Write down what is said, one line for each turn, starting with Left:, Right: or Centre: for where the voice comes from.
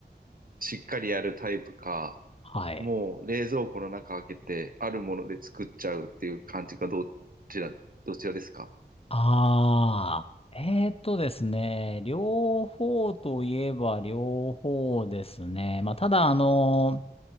Right: しっかりやるタイプか、
Left: はい。
Right: もう冷蔵庫の中開けて、あるもので作っちゃうっていう感じか、どちら、どちらですか
Left: ああ、えーとですね、両方といえば両方ですね。まあ、ただ、あの